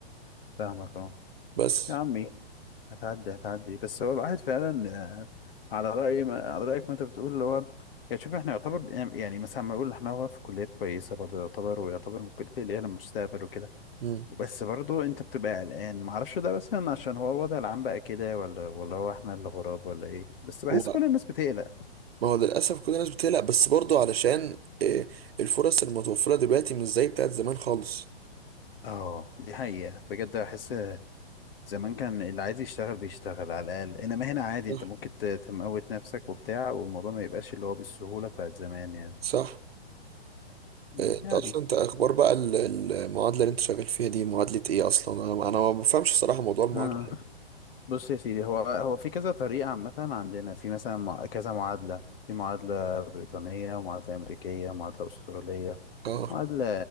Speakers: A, on the left; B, on the right.
A: فاهمك اه
B: بس
A: يا عمي هتعدي هتعدي بس هو الواحد فعلا آه، على رأي ما على رأيك ما انت بتقول اللي هو يعني شوف احنا يعتبر يعني يعني مثلا ما اقول احنا هو في كليات كويسة برضه يعتبر ويعتبر من الكليات اللي هي المستقبل وكده
B: مم.
A: بس برضه انت بتبقى قلقان ما اعرفش ده مثلا عشان هو الوضع العام بقى كده ولا ولا هو احنا اللي غراب ولا ايه بس بحس
B: هو
A: كل الناس بتقلق
B: ما هو للأسف كل الناس بتقلق بس برضو علشان آه الفرص المتوفرة دلوقتي مش زي بتاعت زمان خالص
A: اه دي حقيقة بجد بحس زمان كان اللي عايز يشتغل بيشتغل على الأقل انما هنا عادي انت
B: صح
A: ممكن ت- تموت نفسك وبتاع والموضوع ما يبقاش اللي هو بالسهولة بتاعت زمان يعني
B: صح
A: مم.
B: إيه، انت
A: يعني
B: اصلا انت اخبار بقى ال- المعادله اللي انت شغال فيها دي معادله ايه اصلا انا انا ما بفهمش صراحه موضوع المعادله
A: آه. بص يا سيدي هو هو في كذا طريقة عامة عندنا في مثلا مع- كذا معادلة في معادلة بريطانية ومعادلة أمريكية ومعادلة أسترالية
B: اه
A: معادلة